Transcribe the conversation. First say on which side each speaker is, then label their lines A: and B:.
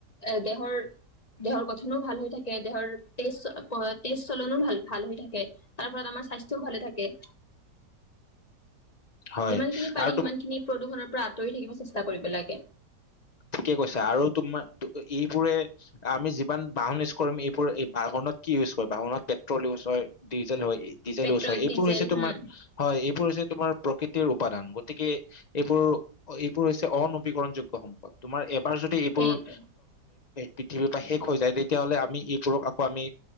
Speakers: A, on the left (about 25°); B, on the left (about 55°).
A: এ দেহৰ- দেহৰ গঠনো ভাল হৈ থাকে দেহৰ তেজ তেজ চলনো ভাল ভাল হৈ থাকে। তাৰ ফলত আমাৰ স্বাস্থ্যও ভালে থাকে।
B: হয়
A: যিমান খিনি পাৰি
B: আৰু তুমি
A: সিমান খিনি প্ৰদূষণৰ পৰা আঁতৰি থাকিব চেষ্টা কৰিব লাগে।
B: ঠিকে কৈছা আৰু তোমাৰ এইবোৰে- আমি যিমান বাহন ইউজ কৰিম এইবোৰ এই বাহনত কি ইউজ কৰে, বাহনত পেট্ৰল ইউজ হয়, - ডিজেল হয় ডিজেল
A: পেট্ৰল
B: ইউচ হয়, এইবোৰ
A: ডিজেল
B: হৈছে তোমাৰ-
A: হম
B: হয়, এইবোৰ হৈছে তোমাৰ প্ৰকৃতিৰ উপাদান। গতিকে, - এইবোৰ এইবোৰ হৈছে অনবীকৰণ যোগ্য সম্পদ তোমাৰ এবাৰ যদি এইবোৰ-
A: সেইটো
B: পৃথিৱীৰ পৰা শেষ হৈ যায় তেতিয়াহ'লে আমি এইবোৰক আকৌ আমি